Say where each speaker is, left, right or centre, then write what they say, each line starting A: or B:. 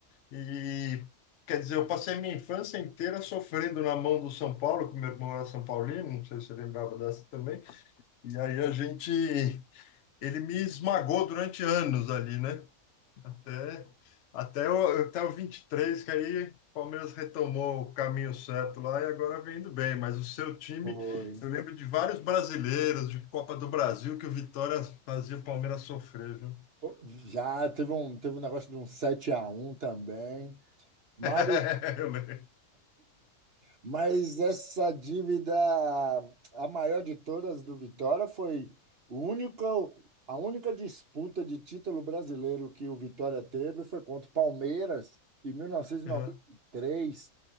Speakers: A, on the left (about 60°); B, on the right (about 45°).
A: E quer dizer, eu passei minha infância inteira sofrendo na mão do São Paulo, que meu irmão era São Paulino, não sei se você lembrava dessa também. E aí a gente, ele me esmagou durante anos ali, né? É, até o, até o 23 que aí o Palmeiras retomou o caminho certo lá e agora vem indo bem. Mas o seu time,
B: Foi.
A: eu lembro de vários brasileiros de Copa do Brasil que o Vitória fazia o Palmeiras sofrer, viu?
B: Pô, Já teve um, teve um negócio de um 7 a um também. Mas
A: <laughs> Eu lembro.
B: Mas essa dívida, a maior de todas do Vitória, foi o único, a única disputa de título brasileiro que o Vitória teve foi contra o Palmeiras em 1993.
A: Aham,
B: E noventa e três.